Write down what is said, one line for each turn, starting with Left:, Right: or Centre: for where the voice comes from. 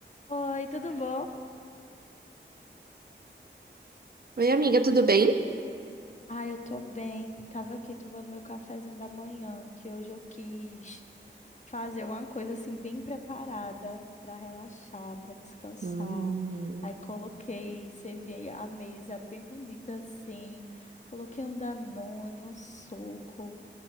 Left: Oi, tudo bom?
Right: Oi, amiga, tudo bem?
Left: Ah, eu tô bem. Tava aqui tomando meu cafezinho da manhã, que hoje eu quis fazer uma coisa assim bem preparada pra relaxar, pra descansar.
Right: Hum,
Left: Aí coloquei, servi a mesa bem bonita assim. Coloquei um Danone, um suco,